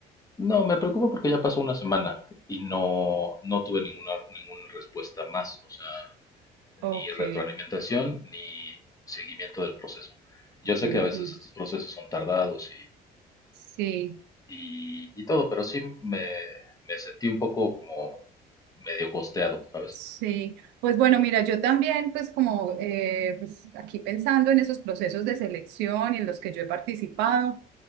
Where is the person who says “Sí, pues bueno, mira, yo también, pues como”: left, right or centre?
Right